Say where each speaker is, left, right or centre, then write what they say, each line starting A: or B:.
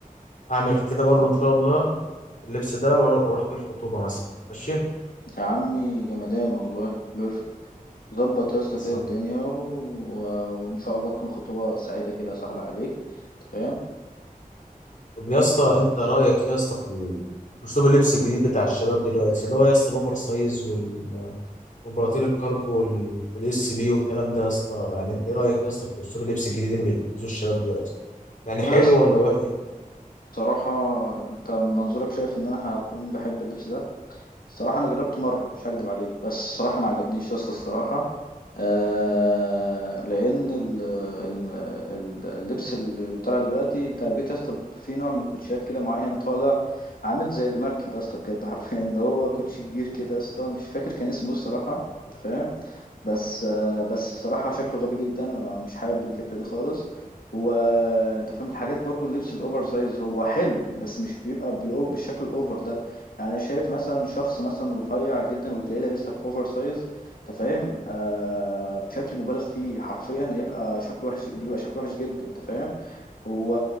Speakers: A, on the left (about 55°); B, on the left (about 80°).
A: اعمل كده برضو ان شاء الله اللبس ده وأرو- واروح بيه الخطوبه مثلا ماشي
B: يا عمي جمدان والله بيرفكت ظبط يا اسطى
A: خلصان.
B: كده الدنيا و... و- وان شاء الله تكون خطوبه سعيده كده يا صاحبي عليك أنت فاهم
A: طب يا اسطى انت رايك يا اسطى في ال- اسلوب اللبس الجديد بتاع الشباب دلوقتي اللي هو يا اسطى الاوفر سايز وال- وبراطيل الكارجو وال- والاس بي والكلام ده يا اسطى يعني انت ايه رايك يا اسطى في اسلوب اللبس الجديد اللي بيلبسوه الشباب دلوقتي يعني حلو
B: يا اسطى
A: ولا وحش
B: بصراحه انت من منظورك شايف ان انا هكون بحب اللبس ده الصراحة أنا جربته مرة مش هكدب عليك بس الصراحة ما عجبنيش يا اسطى الصراحة آه لأن ال- ال- ال- اللبس اللي طالع دلوقتي أنت جيت يا اسطى في نوع من الكوتشيات كده معين طالع عامل زي المركب يا اسطى بجد <laughs> حرفيا اللي هو كوتشي كبير كده يا اسطى مش فاكر كان اسمه إيه الصراحة أنت فاهم بس آه بس الصراحة شكله غبي جدا ما- مش حابب الفكرة دي خالص وانت فاهم الحاجات برضو اللبس الاوفر سايز هو حلو بس مش بيبقى بالأوف بالشكل الاوفر ده يعني أنا شايف مثلا شخص مثلا رفيع جدا وتلاقيه لابس لك اوفر سايز انت فاهم آه بشكل مبالغ فيه حرفيا هيبقى شكله وحش بيبقى شكله وحش جدا انت فاهم هو